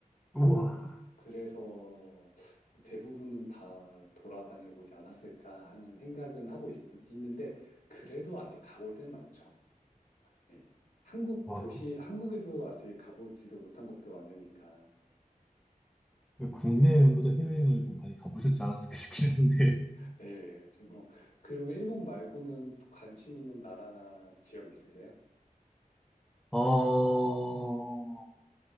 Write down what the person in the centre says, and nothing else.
우와.
와,
국내 여행보다 해외여행을 더 많이 가보셨지 않았을까 싶긴 한데.
어,